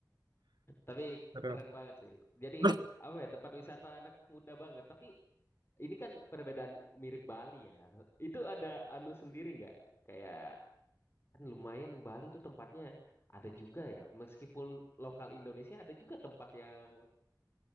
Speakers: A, on the left (about 35°); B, on the right (about 75°).
A: Tapi
B: <laughs> Aduh.
A: keren banget sih. Jadi
B: Terus
A: apa ya tempat wisata anak muda banget. Tapi ini kan perbedaan mirip Bali ya. Itu ada anu sendiri nggak? Kayak kan lumayan Bali itu tempatnya ada juga ya. Meskipun lokal Indonesia ada juga tempat yang